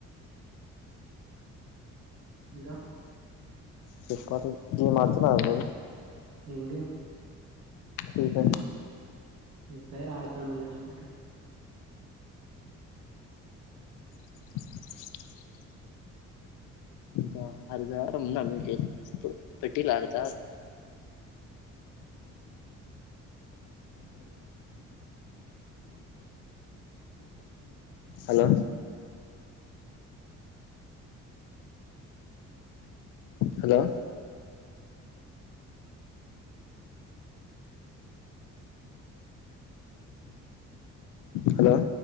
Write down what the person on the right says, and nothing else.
ఇంకా
ఇంకే
ర ఫైర్ అడుతా మీయా అలస